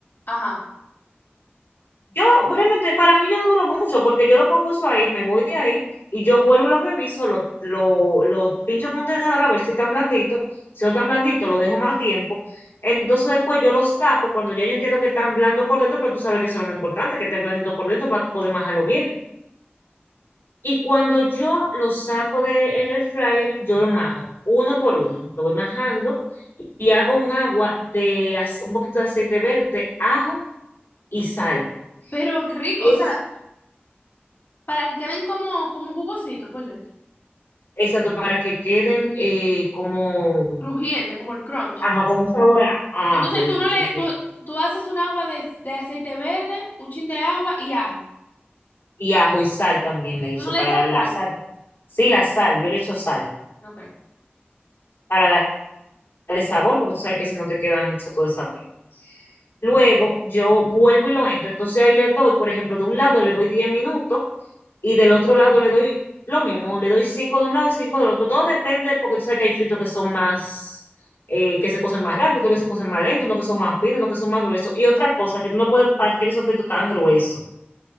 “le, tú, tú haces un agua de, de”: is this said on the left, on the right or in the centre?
Left